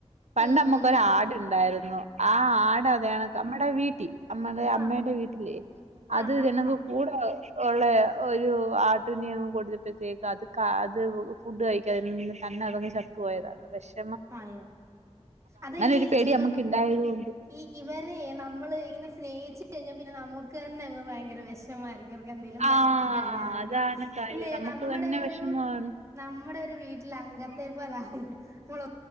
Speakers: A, on the right; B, on the right.
A: പണ്ടമ്മുക്കൊ
B: ഉം ഉം ന
A: ആടുണ്ടായിരുന്നു ആ ആട അതാണ് നമ്മുടെ വീ നമ്മടെ
B: ആ
A: അമ്മയുടെ വീട്ടില്
B: ആ
A: അത്
B: ആ ആ
A: തന
B: ആ
A: കൂടെ ഉള്ള ഒരു ആട്ടുനിയം കൊടുത്തപ്പോഴത്തേക്ക് അത് അത് ഫുഡ് കഴ അതിൽ നിന്ന് തന്നെ അതങ്ങ് ചത്തുപോയതാണ് പക്ഷെ
B: ആയോ അത ഈ
A: ഒരു പേടി
B: ജീവ
A: നമുക്ക് ഉണ്ടായത് കൊണ്ട്
B: ഈ ഇവരെ നമ്മൾ ഇങ്ങനെ സ്നേഹിച്ച് കഴിഞ്ഞ പിന്നെ നമുക്ക് തന്നെ അങ്ങ് ഭയങ്കര വിഷമായിരിക്കും. എന്തെങ്കിലും
A: ആഹ്
B: പറ്റി കഴിഞ്ഞാല്
A: അതാണ് കാര്യം
B: അല്ലേ
A: നമുക്ക്
B: നമ്മുടെ
A: തന്നെ
B: ഒരു
A: വിഷമമാണ്.
B: നമ്മുടെ വീട്ടിൽ അംഗത്തെപ്പോലാകും നമ്മ